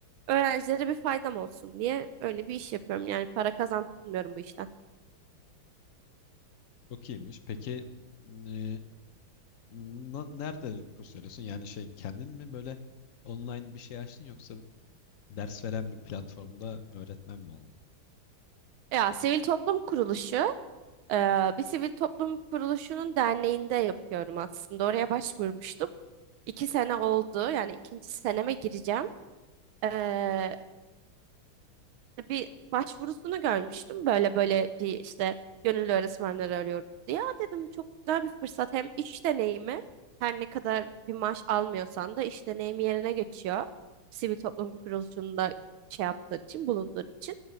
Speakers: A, on the right (about 75°); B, on the left (about 55°).
A: öğrencilere bir faydam olsun diye öyle bir iş yapıyorum. Yani para kazanmıyorum bu işten.
B: Çok iyiymiş. Peki e, na- nerede kurs veriyorsun? Yani şey kendin mi böyle online bir şey açtın yoksa ders veren bir platformda öğretmen mi oldun?
A: Ya sivil toplum kuruluşu, e, bir sivil toplum kuruluşunun derneğinde yapıyorum aslında. Oraya başvurmuştum. İki sene oldu, yani ikinci seneme gireceğim. E, İşte bir başvurusunu görmüştüm. Böyle böyle bir işte gönüllü öğretmenleri arıyoruz diye. Aa dedim çok güzel bir fırsat. Hem iş deneyimi her ne kadar bir maaş almıyorsan da iş deneyimi yerine geçiyor. Sivil toplum kuruluşunda şey yaptığın için, bulunduğun için.